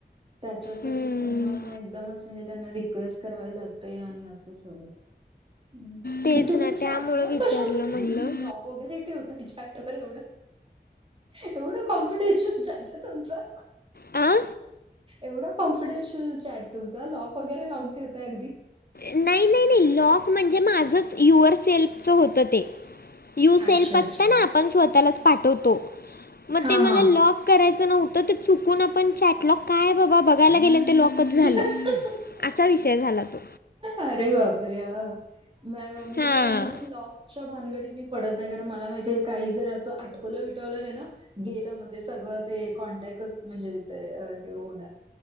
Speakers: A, on the right; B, on the left.
A: त्याच्यासाठी
B: हम्म,
A: पुन्हा म एकदमच म्हणजे त्यांना रिक्वेस्ट करावी लागते आणि असं सगळं हूं
B: तेच
A: त तुम्ही
B: ना
A: चॅट
B: त्यामुळं
A: वर
B: विचारलं
A: कशाला रे
B: म्हणलं
A: तुम्ही लॉक वगैरे ठेवताय चॅट वर एवढं एवढं कॉम्पिटिशन चालत तुमचं
B: आं
A: एवढ कॉन्फिडेन्शियल चॅट तुमच लॉक वगैरे लावून ठेवताय अगदी.
B: नाय नाय नही लॉक म्हणजे माझंच युअर सेल्फचं होतं ते यू सेल्फ
A: अच्छा, अच्छा.
B: असत ना आपण स्वतःलाच पाठवतो म
A: हां,
B: ते
A: हां.
B: मला लॉक करायचं नव्हतं ते चुकून आपण चॅटलॉक काय बाबा बघायला गेले ते लॉकच झालं
A: अच्छा.
B: असा
A: ओके.
B: विषय झाला तो.
A: अरे बापरे! हा नाय म मी
B: हां.
A: ते म्हणून लॉक च्याभानगडीत मी पडत नाय कारण मला माहिती आहे हे काही जर असं आठवलं बिठवलं नाय ना गेलं म ते सगळं ते कॉन्टॅकच म्हणजे ते अ हे होणार.